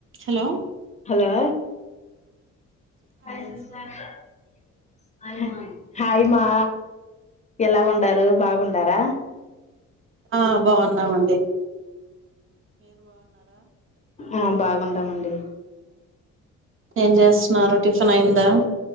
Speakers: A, on the right (about 45°); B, on the left (about 25°).
A: hello
B: hello hi అండి <unintelligible> హాయి మా ఎలా ఉండారు బాగుండారా
A: ఆ బాగున్నాం మండి
B: ఆ బాగుండమండి
A: ఏం చేస్తున్నారు టిఫిన్ అయిందా